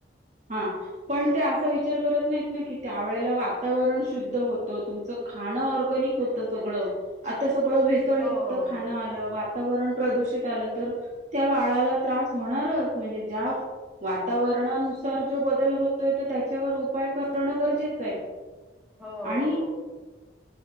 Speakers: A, on the right (about 40°); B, in the centre.
A: हा पण ते असा विचार करत नाहीत नाही, की त्यावेळेला वातावरण शुद्ध होतं. तुमचं खाणं ऑर्गनिक होतं. सगळं आता सग सगळं भेसळयुक्त
B: हो हो
A: खाणं आलं. वातावरण प्रदूषित आलं, तर त्या बाळाला त्रास होणारच म्हणजे, ज्या वातावरणानुसार जो बदल होतोय, त त्याच्यावर उपाय करणं गरजेचं आहे.
B: हो हो
A: आणि
B: हो हो.